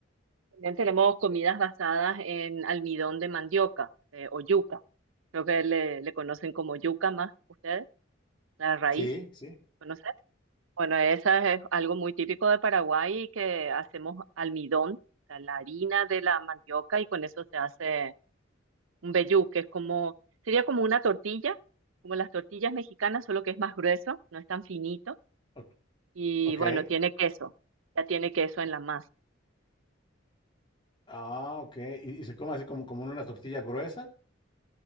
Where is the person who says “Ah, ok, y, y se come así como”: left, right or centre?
Left